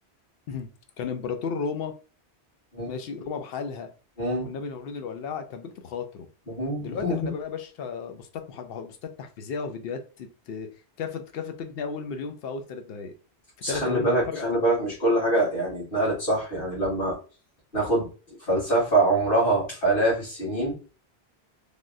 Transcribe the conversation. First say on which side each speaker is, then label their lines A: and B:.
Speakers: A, on the left; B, on the left.
A: <laughs> كان امبراطور روما
B: مم.
A: ماشي روما بحالها
B: مم.
A: والنبي نورين الولاعه كان بيكتب خواطره
B: مم.
A: دلوقتي احنا بقى يا باشا بوستات محب... بوستات تحفيزيه وفيديوهات ت- كافه كافه تجني اول مليون في اول ثلاث دقائق في
B: بس
A: ثلاث
B: خلي
A: دقائق اللي
B: بالك
A: هم يتفرجوا
B: خلي
A: على الفيديو
B: بالك مش كل حاجة يعني اتنقلت صح يعني لما ناخد فلسفة عمرها آلاف السنين